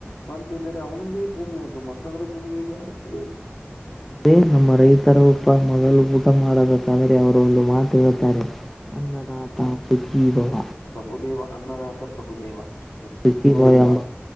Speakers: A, on the left (about 80°); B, in the centre.
A: ಸ್ವಂತ ಇದ್ದರೆ ಅವನದೇ ಭೂಮಿ ಅದು ಮತ್ತೊಬ್ಬರ ಭೂಮಿ ಹೇಗೆ ಆಗುತ್ತದೆ ಅದು
B: ಅಂದ್ರೆ ನಮ್ಮ ರೈತರು. ಅಪ್ಪ ಮೊದಲು ಊಟ ಮಾಡಬೇಕಾದರೆ ಅವರು ಒಂದು ಮಾತು ಹೇಳ್ತಾರೆ. ಅನ್ನದಾತ ಸುಖೀ ಭವ
A: ಪ್ರಭುದೇವ ಅನ್ನದಾತ ಪ್ರಭುದೇವ. ಸುಖಿ
B: <unintelligible>
A: ಪ್ರಭವ
B: ಬಾಯ ಎಂಬ